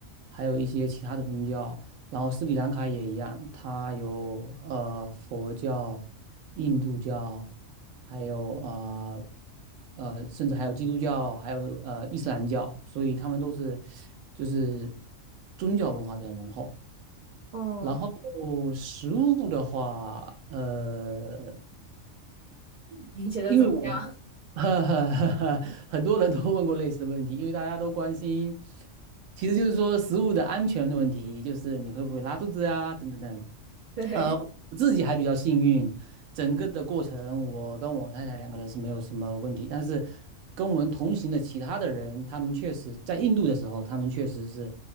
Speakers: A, on the right; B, on the right.
A: 还有一些其他的宗教。然后斯里兰卡也一样，它有呃佛教、印度教，还有呃呃，甚至还有基督教，还有呃伊斯兰教，所以他们都是就是宗教文化比较浓厚。
B: 哦，
A: 然后食物的话，呃，
B: 你觉得怎么样？
A: 因为我，
B: <laughs>
A: <laughs> 呵呵呵呵，很多人都问过类似的问题，因为大家都关心，其实就是说食物的安全的问题，就是你会不会拉肚子啊，等等等。
B: 对，
A: 呃，我自己还比较幸运，整个的过程我跟我太太两个人是没有什么问题，但是跟我们同行的其他的人，他们确实在印度的时候，他们确实是，